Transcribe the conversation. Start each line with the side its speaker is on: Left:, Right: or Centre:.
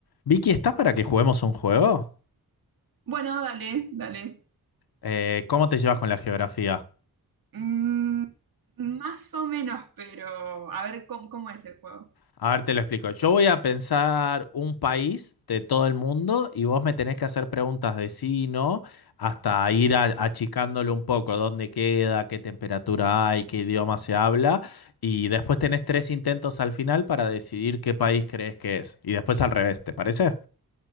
Left: Vicky, ¿estás para que juguemos un juego?
Right: Bueno, dale, dale.
Left: Eh, ¿cómo te llevas con la geografía?
Right: Mm, más o menos, pero a ver cómo, cómo es el juego.
Left: A ver, te lo explico. Yo voy a pensar un país de todo el mundo y vos me tenés que hacer preguntas de sí y no, hasta ir a- achicándole un poco dónde queda, qué temperatura hay, qué idioma se habla. Y después tenés tres intentos al final para decidir qué país crees que es. Y después al revés, ¿te parece?